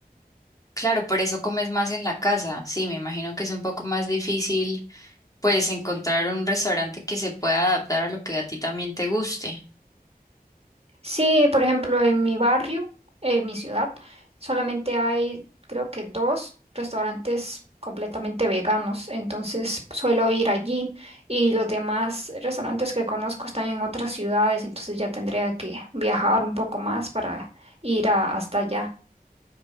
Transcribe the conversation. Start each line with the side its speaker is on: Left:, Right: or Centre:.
Left: claro, por eso comes más en la casa. Sí, me imagino que es un poco más difícil, pues, encontrar un restaurante que se pueda adaptar a lo que a ti también te guste.
Right: Sí, por ejemplo, en mi barrio, en mi ciudad, solamente hay, creo que dos restaurantes completamente veganos, entonces suelo ir allí y los demás restaurantes que conozco están en otras ciudades, entonces ya tendría que viajar un poco más para ir a- hasta allá.